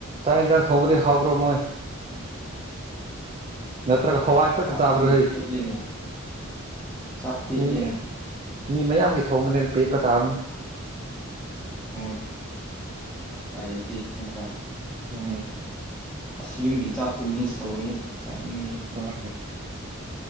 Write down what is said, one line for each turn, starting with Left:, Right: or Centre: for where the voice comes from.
Right: ꯆꯥꯛ ꯌꯦꯟꯖꯥꯡ ꯊꯣꯡꯕꯗꯤ ꯍꯥꯎꯕ꯭ꯔꯣ ꯃꯣꯏ
Centre: <inaudible>
Right: ꯅꯠ ꯅꯠꯇ꯭ꯔꯒ ꯍꯋꯥꯏ ꯈꯛꯗ
Centre: ꯆꯥꯛꯁꯤ
Right: ꯆꯥꯕ꯭ꯔ ꯍꯩ
Centre: ꯄꯦꯠꯂꯤꯅꯦ ꯆꯥꯛ ꯄꯦꯠꯂꯤꯅꯦ
Right: ꯃꯤ ꯃꯌꯥꯝ ꯃꯤ ꯃꯌꯥꯝꯒꯤ ꯊꯣꯡꯕꯅꯤꯅ ꯄꯦꯛꯄ ꯇꯥꯕꯅꯤ
Centre: ꯍꯣꯏ ꯎꯄꯥꯢ ꯂꯩꯇꯦ ꯅꯠꯇ꯭ꯔꯥ
Right: ꯎꯝ
Centre: ꯑꯁ ꯌꯨꯝꯒꯤ ꯆꯥꯛꯇꯣ ꯃꯤꯁ ꯇꯧꯏ ꯍꯦ ꯆꯥꯅꯤꯡꯉꯦ
Right: ꯎꯝ